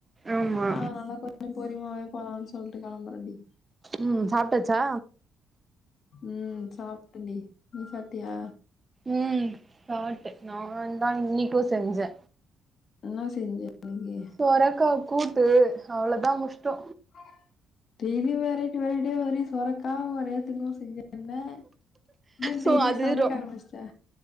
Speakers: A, on the right; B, on the left.
A: ஆமா
B: அ அதனால கொஞ்சோ பொரிம்யாவே போலான் சொல்ட்டு கெளம்பறண்டி
A: ம் சாப்டாச்சா
B: ம் சாப்டன்டி நீ சாப்டியா
A: ம் பாட்டு நாந்தா இன்னிக்கு செஞ்சே
B: என்னா செஞ்ச இன்னைக்கு
A: சொரக்கா கூ ட்டு அவ்ளதா முஷ்டோ
B: <unintelligible> டெய்லியு வெரைட்டி வெரைட்டியா ஒரே சொரக்கா ஒரே <unintelligible> செஞ்சன்னே என்ன
A: சோ
B: டெய்லி
A: அது
B: சமைக்க
A: ரொ
B: ஆரமிச்ட்டே